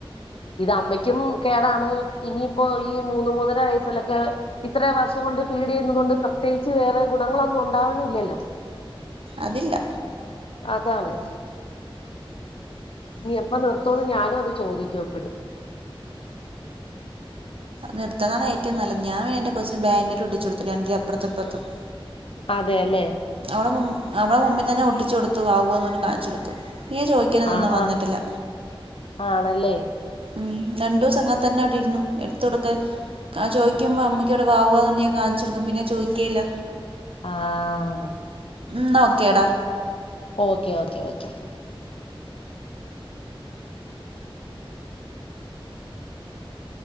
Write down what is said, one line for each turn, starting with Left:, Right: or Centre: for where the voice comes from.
Left: ഇത് അമ്മയ്ക്കും കേടാണ് ഇനിയിപ്പോ ഈ മൂന്ന് മൂന്നര വയസ്സിലൊക്കെ ഇത്ര വർഷം കൊണ്ട് ഫീഡ് ചെയ്യുന്നുന്നത് കൊണ്ട് പ്രത്യേകിച്ച് വേറെ ഗുണങ്ങളൊന്നും ഉണ്ടാവാനുല്ലല്ലോ
Right: അതില്ല
Left: അതാണ് ഇനി എപ്പം നിർത്തോന്ന് ഞാനും അത് ചോദിക്കെപ്പഴും
Right: നിർത്തതാണ് ഏറ്റവും നല്ലത് ഞാൻ ന്റെ കൊച്ചന് ബാൻന്റേടൊട്ടിച്ചു കൊടുത്തു രണ്ടില് അപ്പർത്തും ഇപ്പർത്തും
Left: അതെല്ലെ
Right: അവളെ മു അവളെ മുമ്പിൽ തന്നെ ഒട്ടിച്ചു കൊടുത്തു വാവു ആണ് പറഞ്ഞ് കാണിച്ചു കൊടുത്ത് പിന്നെ ചോദിക്കാനന്നൊന്നും
Left: ആഹാ
Right: വന്നിട്ടില്ല
Left: ആണല്ലേ
Right: മ് രണ്ടുസം അങ്ങത്തന്നെന്നാടിരുന്നു എടുത്തൊടുക്ക് ക്കാ ചോയിക്കുമ്പം അമ്മയ്ക്കിവിടെ വാവുവിന്ന് പറഞ്ഞ് ഞാൻ കാണിച്ചു കൊടുക്കും പിന്നെ ചോദിക്കേയില്ല
Left: ആഹ്‌.
Right: ന്നാ ഓക്കെടാ
Left: ഓക്കേ ഓക്കേ ഓക്കേ